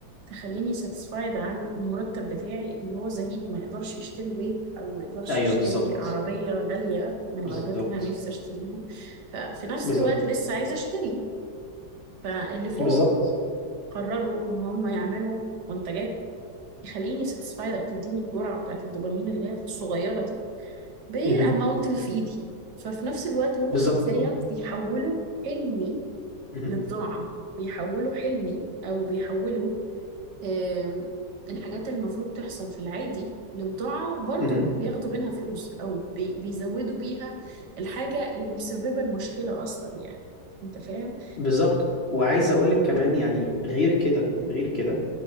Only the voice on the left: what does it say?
أيوه
بالظبط
بالظبط
بالظبط
بالظبط
مهم.
بالظبط
أه
مهم.
مهم.
بالظبط وعايز أقول لك كمان يعني غير كده غير كده